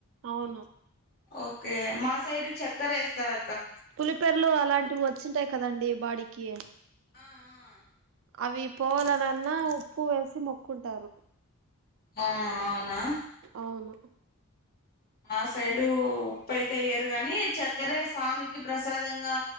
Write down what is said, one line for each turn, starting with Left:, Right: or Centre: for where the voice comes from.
Right: అవును
Left: ఓకే మా సైడ్ చక్కర వేస్తారు
Right: పులిపెర్లు అలాంటివి వచ్చ వచ్చింటాయి కదండి బాడీకి
Left: ఆ ఆ
Right: అవి పోవలనన్నా ఉప్పు వేసి మొక్కుంటారు
Left: ఆ అవునా
Right: అవును
Left: మా సైడు ఉప్పు అయితే ఎయ్యరు గాని చె క్కరే స్వామికి ప్రసాదంగా